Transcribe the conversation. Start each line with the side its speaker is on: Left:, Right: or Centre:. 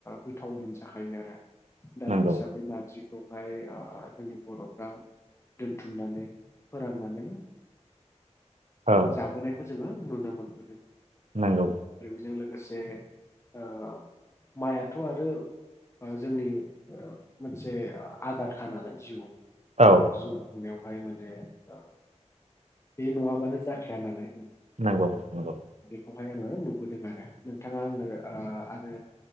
Left: गोथाव मोनसो खायो आरो दा
Right: नंगौ
Left: बे हिसाबै नारजि बखौहाय आ जोंनि बर'फ्रा दोनथुमनानै फोराननानै
Right: औ
Left: जाबोनायखौ जोंओ नुनो मोनदों।
Right: नोंगौ
Left: जों लोगोसे ओ माइआथ' आरो ओ जोंनि ओ मोनसे ओ आदारखा नालाय जिउआव
Right: औ
Left: जिउ खुंनायावहाय माने ओ बे नङाबानो जाखाया नालाय
Right: नोंगौ नोंगौ।
Left: खौहाय आङो नुबोदों आरो। नोंथाङा आंनो आरो